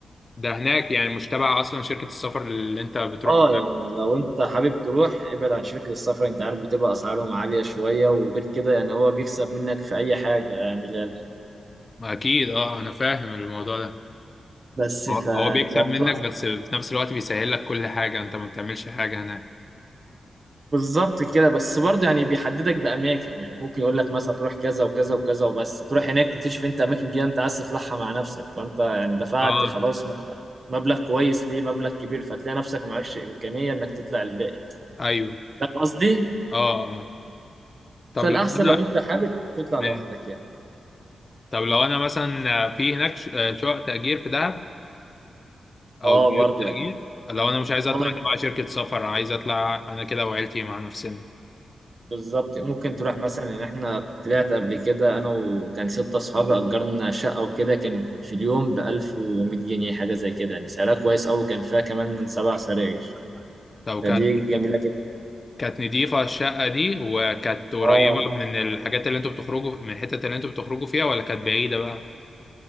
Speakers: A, on the left; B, on the right.
A: ده هناك يعني مش تبع اصلا شركه السفر اللي انت بتروح
B: اه يعني لو انت حابب تروح ابعد عن شركه السفر انت عارف بتبقى اسعارهم عاليه شويه وغير كده يعني هو بيكسب منك في اي حاجه يعني لا لا.
A: معاها اكيد اه انا فاهم الموضوع ده
B: بس
A: هو
B: فالموضوع
A: هو بيكسب منك بس في نفس الوقت بيسهل لك كل حاجه انت ما بتعملش حاجه هناك
B: بالظبط كده بس برضه يعني بيحددك باماكن يعني ممكن يقول لك مثلا تروح كذا وكذا وكذا وبس تروح هناك تكتشف انت اماكن جديده انت عايز تطلعها مع نفسك فانت يعني دفعت
A: اه
B: خلاص مبلغ مبلغ كويس ليه مبلغ كبير فتلاقي نفسك معكش امكانيه انك تطلع الباقي
A: ايوه
B: فاهم قصدي
A: اه اه طب
B: فالاحسن
A: لو انا
B: لو انت حابب تطلع
A: ماشي
B: لوحدك يعني
A: طب لو انا مثلا في هناك ش- آه، شقق تأجير في دهب او
B: اه
A: بيوت
B: برضه
A: تأجير
B: يعني
A: لو انا مش عايز اطلع
B: اه
A: تبع شركة سفر عايز اطلع انا كده وعيلتي مع نفسنا
B: بالظبط ممكن تروح مثلا ان احنا طلعت قبل كده انا وكان ستة اصحابي اجرنا شقة وكده كانت في اليوم ب 1100 جنيه حاجة زي كده يعني سعرها كويس قوي كان فيها كمان سبع سراير
A: طب
B: فدي
A: كان
B: جميلة جدا
A: كانت نضيفة الشقة دي وكانت قريبة
B: اه
A: من الحاجات اللي انتوا بتخرجوا من الحتت اللي انتوا بتخرجوا فيها ولا كانت بعيدة بقى